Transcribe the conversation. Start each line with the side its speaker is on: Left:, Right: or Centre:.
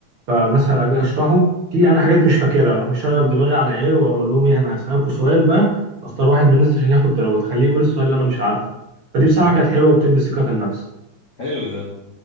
Right: فمثلا اجي اشرحه في انا حاجات مش فاكرها اروح مشغل دماغي على العيال واقول لهم ايه انا هسالكم سؤال بقى واختار واحد من الناس عشان ياخد درجات خليه يقول السؤال اللي انا مش عارفه فدي
Left: <laughs>
Right: بصراحه كانت حلوه وبتدي ثقه في النفس
Left: حلو ده.